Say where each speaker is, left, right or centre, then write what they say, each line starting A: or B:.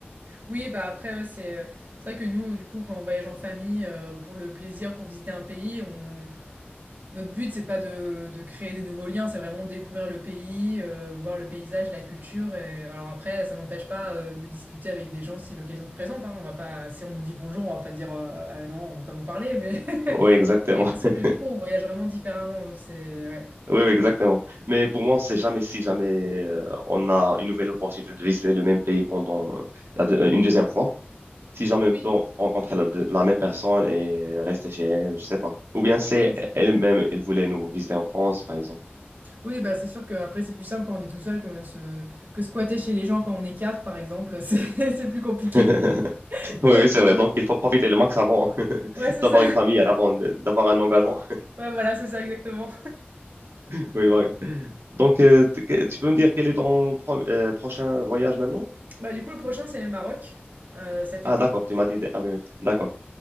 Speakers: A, on the right; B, on the right.
A: Oui, bah après, ouais, c'est euh, c'est vrai que nous, du coup, quand on voyage en famille, euh, pour le plaisir, pour visiter un pays, on... notre but, c'est pas de, de créer des nouveaux liens, c'est vraiment de découvrir le pays, euh, voir le paysage, la culture. Et... Alors après, ça n'empêche pas euh, de discuter avec des gens si l'occasion se présente. hein. On va pas... Si on nous dit bonjour, on va pas dire euh, Ah non, on va pas vous parler, mais, <laughs>
B: Oui, exactement.
A: mais c'est sûr
B: <laughs>
A: que du coup, on voyage vraiment différemment. C'est... Ouais.
B: Oui, oui, exactement. Mais pour moi, on sait jamais si jamais euh, on a une nouvelle opportunité de visiter le même pays pendant euh, la deux- euh, une deuxième fois. Si jamais on
A: Oui,
B: peut rencontrer la, deux- la même personne et rester chez elle, je sais pas. Ou bien c'est
A: oui,
B: elle-même, elle voulait nous visiter en France, par exemple.
A: Oui, bah, c'est sûr qu'après, c'est plus simple quand on est tout seul que se que squatter chez les gens quand on est 4 par exemple, <laughs> c'est c'est plus compliqué.
B: <laughs>
A: <laughs>
B: Oui, oui, c'est vrai. Donc, il faut profiter le max avant <laughs>
A: Ouais, c'est
B: d'avoir
A: ça.
B: une famille, avant de- d'avoir un engagement.
A: Ouais, voilà, c'est ça, exactement.
B: <laughs> Oui, voilà. Donc, euh, t- que- tu peux me dire quel est ton pro- euh, prochain voyage maintenant?
A: Bah, du coup, le prochain, c'est le Maroc, heu, cet
B: Ah,
A: été.
B: d'accord, tu m'as dit. des- Ah oui, oui, d'accord.